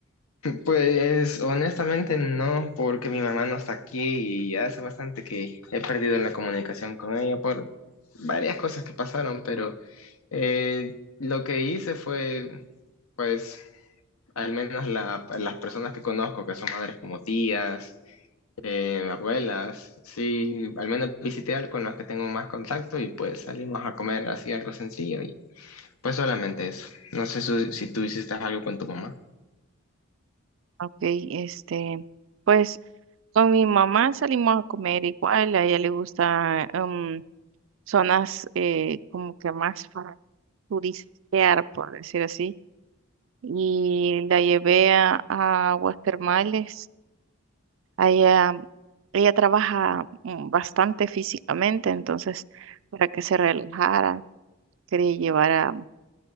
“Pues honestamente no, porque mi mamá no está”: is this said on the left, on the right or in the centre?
Left